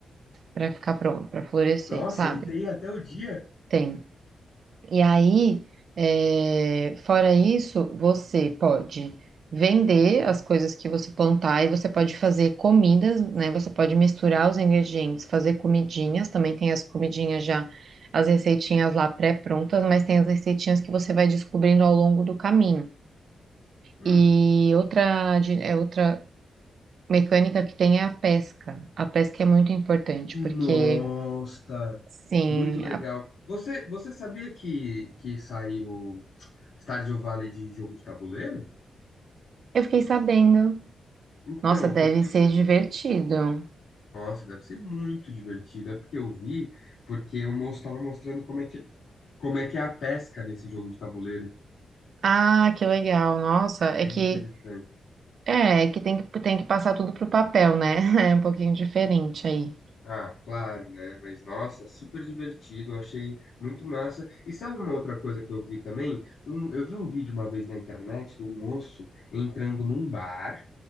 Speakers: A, on the right; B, on the left.
A: para ficar pronto, para florescer,
B: Nossa,
A: sabe?
B: ele tem até o dia.
A: Tem E aí, é, fora isso, você pode vender as coisas que você plantar e você pode fazer comidas, né? Você pode misturar os ingredientes, fazer comidinhas. Também tem as comidinhas já, as receitinhas lá pré-prontas, mas tem as receitinhas que você vai descobrindo ao longo do caminho.
B: Hum.
A: E outra, di- é outra mecânica que tem é a pesca. A pesca é muito importante,
B: Nossa,
A: porque, sim,
B: muito legal.
A: a-
B: Você, você sabia que, que saiu Stardew Valley de jogo de tabuleiro?
A: eu fiquei sabendo.
B: Então,
A: Nossa, deve
B: porque
A: ser
B: o que eu
A: divertido.
B: vi. Nossa, deve ser muito divertido. É porque eu vi, porque o moço estava mostrando como é que Como é que é a pesca nesse jogo de tabuleiro?
A: Ah, que legal. Nossa,
B: Bem
A: é que
B: interessante.
A: é, é que tem que tem que passar tudo pro papel, né? <laughs> É um pouquinho diferente aí.
B: Ah, claro, né? Mas nossa, super divertido, eu achei muito massa. E sabe uma outra coisa que eu vi também? Um- eu vi um vídeo uma vez na internet de um moço entrando num bar